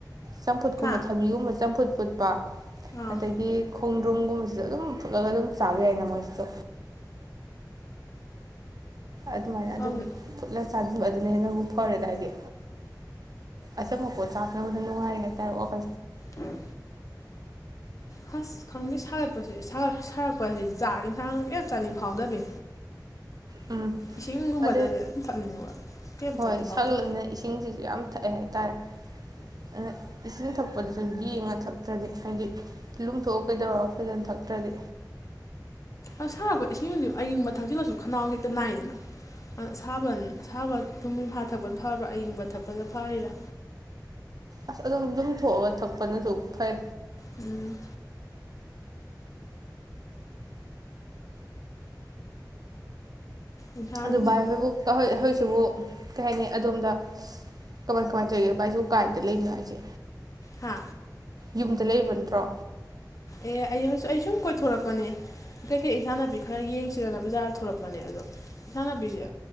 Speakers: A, on the right (about 60°); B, on the left (about 50°).
A: ꯆꯝꯐꯨꯠꯀꯨꯝꯕ
B: ꯍꯥ
A: ꯊꯥꯕꯤꯒꯨꯝꯕ ꯆꯝꯐꯨꯠ ꯈꯨꯨꯠꯄ
B: ꯑꯥ
A: ꯑꯗꯒꯤ ꯈꯣꯡꯗ꯭ꯔꯨꯝ ꯀꯣꯁꯤꯗꯒꯣ ꯑꯗꯨꯝ ꯆꯕꯤ ꯌꯥꯏꯅ ꯃꯣꯏꯁꯤꯁꯨ ꯑꯗꯨꯃꯥꯏꯅ ꯑꯗꯨꯝ
B: ꯑꯗꯨ
A: ꯄꯨꯠꯂ ꯆꯥꯗꯕ ꯑꯗꯨꯅ ꯍꯦꯟꯅꯕꯨ ꯐꯔꯦꯗ ꯍꯥꯏꯗꯤ ꯑꯆꯝꯕꯄꯣ ꯆꯥꯛꯅꯕꯗ ꯅꯨꯡꯉꯥꯏ ꯍꯥꯏꯇꯥꯔꯦ ꯑꯣꯁꯦ
B: ꯎꯝ ꯍꯁ ꯈꯪꯗꯦ ꯁꯥꯒꯠꯄꯁꯤ ꯁꯥꯒꯛꯄꯁꯤꯗꯤ ꯆꯥꯛ ꯏꯟꯁꯥꯡ ꯍꯦꯛ ꯆꯥꯅꯤꯡ ꯐꯥꯎꯗꯕꯤ
A: ꯎꯝ
B: ꯏꯁꯤꯡꯒꯨꯝꯕꯗꯗꯤ
A: ꯑꯗꯩ
B: ꯑꯗꯨꯝ ꯊꯛꯅꯤꯡꯉꯕ ꯀꯩ
A: ꯍꯣꯏ
B: ꯆꯥꯅꯤꯡ ꯐꯥꯎꯇꯦ
A: ꯁꯥꯒꯠꯂꯛꯅ ꯏꯁꯤꯡꯁꯤꯁꯨ ꯌꯥꯝ ꯊꯛꯑꯦ ꯍꯥꯏꯇꯥꯔꯦ ꯑ ꯏꯁꯤꯡ ꯊ ꯗꯁꯨ ꯌꯦꯡꯉ ꯊꯛꯇ꯭ꯔꯗꯤ ꯍꯥꯏꯗꯤ ꯂꯨꯝꯊꯣꯛꯑ ꯀꯩꯗꯧꯔ ꯐꯖꯅ ꯊꯛꯇ꯭ꯔꯗꯤ
B: ꯑ ꯁꯥꯔꯛꯄ ꯏꯁꯤꯡꯁꯨ ꯑꯌꯤꯡꯕ ꯊꯛꯆꯜꯂꯁꯨ ꯈꯅꯥꯎ ꯍꯦꯛꯇ ꯅꯥꯏꯗꯅ ꯑꯗꯨ ꯑꯁꯥꯕ ꯑꯁꯥꯕ ꯌꯨꯝ ꯌꯨꯝꯐꯥ ꯊꯛꯄꯅ ꯐꯕ꯭ꯔꯥ ꯑꯌꯤꯡꯕ ꯊꯛꯄꯅ ꯐꯔꯤꯔꯥ
A: ꯑꯁ ꯑꯗꯨꯝ ꯑꯗꯨꯝ ꯊꯣꯛꯑꯒ ꯊꯛꯄꯅꯁꯨ ꯐꯣꯏ
B: ꯎꯝ ꯏꯟꯁꯥꯡꯁꯤ
A: ꯑꯗꯨ ꯚꯏ ꯍꯣꯏꯕꯨ ꯍ ꯁꯤꯕꯨ ꯀꯩ ꯍꯥꯏꯅꯤ ꯑꯗꯣꯝꯗ ꯀꯃꯥꯏ ꯀꯃꯥꯏꯅ ꯇꯧꯒꯦ ꯕꯥꯥꯏꯁꯨ ꯀꯥꯏꯗ ꯂꯩꯕꯅꯣ ꯍꯥꯏꯁꯦ
B: ꯍꯥ
A: ꯌꯨꯝꯗ ꯂꯩꯕ ꯅꯠꯇ꯭ꯔꯣ
B: ꯑꯦ ꯑꯩ ꯍꯧꯖꯤꯛ ꯑꯩ ꯁꯨꯝ ꯀꯣꯏꯊꯣꯔꯛꯄꯅꯦ ꯀꯩꯀꯩ ꯏꯟꯆꯥ ꯅꯥꯄꯤ ꯈꯔ ꯌꯦꯡꯁꯤꯗꯅ ꯕꯖꯥꯔꯗ ꯊꯣꯔꯛꯄꯅꯦ ꯑꯗꯣ ꯏꯟꯆꯥ ꯅꯥꯄꯤꯁꯦ